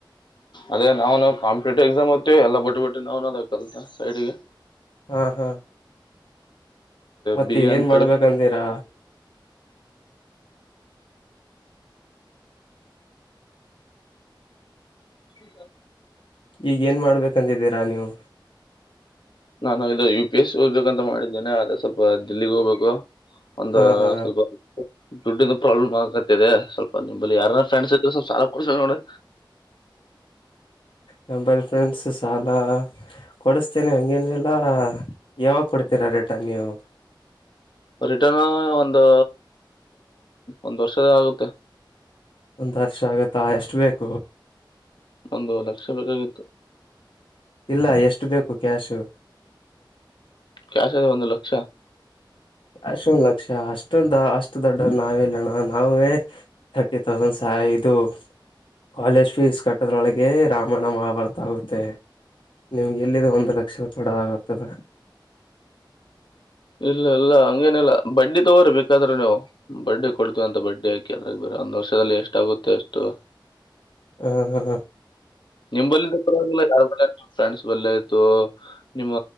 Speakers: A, on the left; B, on the left.
A: ಅದೇ ನಾವನು ಕಂಪಿಟೇಟಿವ್ ಎಕ್ಸಾಮ್ ಹ್ ಎಲ್ಲ ಬಿಟ್ಬ ಬಿಟ್ಟ ನ್ನು ಅದ ಕಲ್ತಾ ಸೈಡ್ಗೆ
B: ಹಾ ಹಾ ಮತ್ತೆ
A: ಬಿಜಂತ
B: ಏನ್ ಮಾಡ್ಬೇಕಂದಿರಾ
A: ಹ್ಮ
B: ಈಗ ಏನ್ ಮಾಡ್ಬೇಕಂತಿದ್ದೀರಾ ನೀವು
A: ನಾನು ಇದು ಯು ಪಿ ಎಸ್ ಹೋಗ್ಬೇಕಂತ ಮಾಡಿದ್ದೇನೆ ಆದ್ರೆ ಸ್ವಲ್ಪ ದಿಲ್ಲಿಗ್ ಹೋಗ್ಬೇಕು ಒಂದ
B: ಹಾ ಹಾ
A: ಸ್ವಲ್ಪ ದುಡ್ಡಿನ ಪ್ರಾಬ್ಲಮ್ ಆಕತ್ತಿದೆ ಸ್ವಲ್ಪ ನಿಮಲ್ಲಿ ಯಾರ ಫ್ರೆಂಡ್ಸ್ ಸ್ವಲ್ಪ್ ಸಾಲ ಕೊಡ್ಸೊ ನೋಡಿ.
B: ನಮ್ ಬ ಫ್ರೆಂಡ್ಸ್ ಸಾಲ. ಕೊಡಿಸ್ತೇನೆ ಹಂಗೇನಿಲ್ಲ ಯಾವಾಗ ಕೊಡ್ತೀರಾ ರಿಟರ್ನ್ ನೀವು?
A: ರಿಟರ್ನ್ ಒಂದು ಒಂದ್ ವರ್ಷ ಆಗುತ್ತೆ.
B: ಒಂದ್ ವರ್ಷ ಆಗತ್ತಾ ಎಷ್ಟ್ ಬೇಕು?
A: ಒಂದು ಲಕ್ಷ ಬೇಕಾಗಿತ್ತು.
B: ಇಲ್ಲ ಎಷ್ಟು ಬೇಕು ಕ್ಯಾಶು?
A: ಕ್ಯಾಶ್ ಅದೆ ಒಂದು ಲಕ್ಷ.
B: ಅಷ್ಟ ಒಂದು ಲಕ್ಷ ಅಷ್ಟೊಂದಾ ಅಷ್ಟ ದೊಡ್ಡ ನಾವೆಲ್ಲಣ ನಾವೇ ತರ್ಟಿ ತೌಸಂಡ್ ಸಹ ಇದು ಕಾಲೇಜ್ ಫೀಸ್ ಕಟ್ಟೋದ್ರೊಳಗೆ ರಾಮಾಯ್ಣ ಮಹಾಭಾರತ ಆಗುತ್ತೆ. ನಿಮ್ಗೆ ಎಲ್ಲಿದ್ದ ಒಂದು ಲಕ್ಷ ಕೊಡಕಾಗತ್ತೆ.
A: ಇಲ್ಲ ಇಲ್ಲ ಹಂಗೇನಿಲ್ಲ ಬಡ್ಡಿ ತಗೋರಿ ಬೇಕಾದ್ರ ನೀವು. ಬಡ್ಡಿ ಕೊಡ್ತವಿ ಅಂತ ಬಡ್ಡಿ ಆಕಿದ್ರೆ ಬೇರೆ ಒಂದ್ ವರ್ಷದಲ್ಲಿ ಎಷ್ಟ್ ಆಗುತ್ತೆ ಅಷ್ಟು.
B: ಹ್ಮ್ ಹ್ಮ
A: ನಿಮ್ಲಿಲ್ಲ ಪರ್ವಾಗಿಲ್ಲ ಯಾರ್ ಕಡೆಯಾದ್ರು ಆಯ್ ಫ್ರೆಂಡ್ಸ್ ಬಳ್ ಆಯ್ತು. ನಿಮ್ಮ